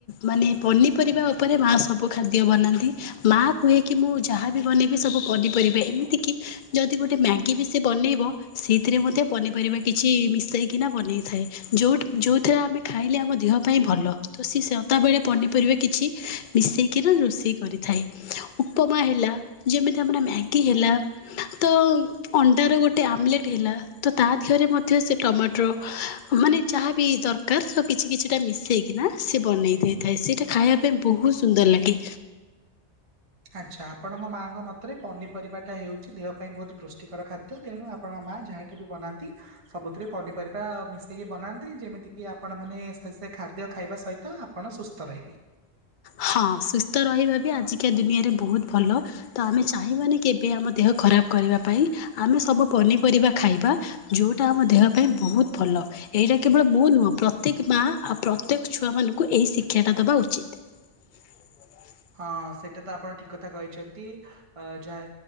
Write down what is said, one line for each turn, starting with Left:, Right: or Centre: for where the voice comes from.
Left: ମାନେ ପନିପରିବା ଉପରେ ମା ସବୁ ଖାଦ୍ୟ ବନାନ୍ତି ମା କୁହେ କି ମୁଁ ଯାହାବି ବନେଇବି ସବୁ ପନିପରିବା, ଏମିତି କି ଯଦି ଗୋଟେ ମ୍ୟାଗି ବି ସେ ବନେଇବ ସେଇଥିରେ ମଧ୍ୟ ପନିପରିବା କିଛି ମିଶେଇ କିନା ବନେଇଥାଏ। ଯୋଉଟା ଯୋଉଥିରେ ଆମେ ଖାଇଲେ ଆମ ଦେହ ପାଇଁ ଭଲ। ତ ସି ସେତାବେଳେ ପନିପରିବା କିଛି ମିଶେଇକିରି ରୋଷେଇ କରିଥାଏ। ଉପମା ହେଲା ଯେମିତି ଆମର ମ୍ୟାଗି ହେଲା ତ ଅଣ୍ଡାର ଗୋଟେ ଆମଲେଟ୍ ହେଲା ତ ତା ଦେହରେ ମଧ୍ୟ ସେ ଟମାଟୋ ମାନେ ଯାହା ବିି ଦର କାର ସ କିଛି କିଛିଟା ମିଶେଇକିନା ସେ ବନେଇ ଦେଇଥାଏ। ସେଇଟା ଖାଇବା ପାଇଁ ବହୁତ ସୁନ୍ଦର ଲାଗେ।
Right: ଆଚ୍ଛା, ଆପଣଙ୍କ ମାଆଙ୍କ ମତରେ ପନିପରିବାଟା ହେଉଛି ଦେହ ପାଇଁ ବହୁତ ପୃଷ୍ଟିକର ଖାଦ୍ୟ। ତେଣୁ ଆ ଆପଣଙ୍କ ମା ଯାହା କେବେ ବନାନ୍ତି ସବୁଥିରେ ପନିପରିବା ମିଶେଇକି ବନାନ୍ତି ଯେମିତି କିି ଆପଣ ମାନେ ସେ ସେ ଖାଦ୍ୟ ଖାଇବା ସହିତ ଆପଣ ସୁସ୍ ତ ରହିବେ।
Left: ହଁ ସୁସ୍ଥ ରହିବା ବି ଆଜିକା ଦୁନିଆରେ ବହୁତ ଭଲ। ତ ଆମେ ଚାହିଁବାନି କେବେ ଆମ ଦେହ ଖରାପ କରିବା ପାଇଁ। ଆମେ ସବୁ ପନିପରିବା ଖାଇବା। ଯୋଉଟା ଆମ ଦେହ ପାଇଁ ବହୁତ ଭଲ। ଏଇଟା କେବଳ ମୁଁ ନୁହଁ ପ୍ରତ୍ୟେକ ମା ଆଉ ପ୍ରତ୍ୟେକ ଛୁଆ ମାନଙ୍କୁ ଏଇ ଶିକ୍ଷା ଟା ଦବା ଉଚିତ୍। ଲ
Right: ହଁ ସେଇଟା ତ ଆପଣ ଠିକ କଥା କହିଛନ୍ତି, ଅ, ଯାହା